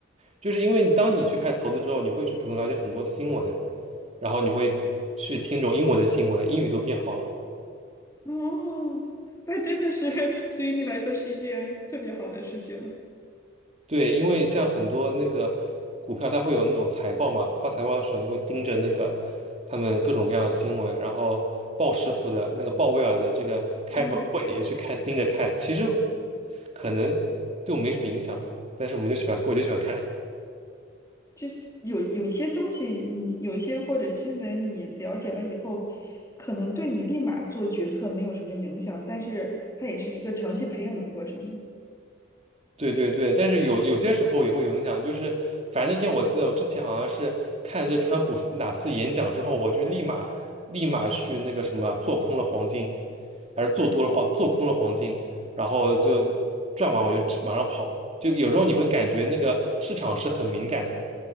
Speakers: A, on the right (about 35°); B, on the left (about 15°).
A: 就是因为你当你去开始投资之后，你会去主动了解很多新闻，然后你会去听这种英文的新闻，英语都变好了。
B: 哦，那真的是对于你来说是一件特别好的事情。
A: 对，因为像很多那个股票，它会有那种财报嘛，发财报的时候你就会盯着那个他们各种各样的新闻，然后鲍师傅的那个鲍威尔的这个开什么会也去看，
B: 嗯，
A: 盯着看。其实可能对我们没什么影响，但是我们就喜欢，我就喜欢看。
B: 就是有有一些东西你，有一些或者新闻，你了解了以后，可能对你立马做决策没有什么影响，但是它也是一个长期培养的过程嘛，
A: 对对对，但是有有些时候也会有影响，就是反正那天我记得我之前好像是看这川普哪次演讲之后，我就立马立马去那个什么做空了黄金。还是做多了哦，做空了黄金，然后就赚完我就马上跑。就有时候你会感觉那个市场是很敏感的，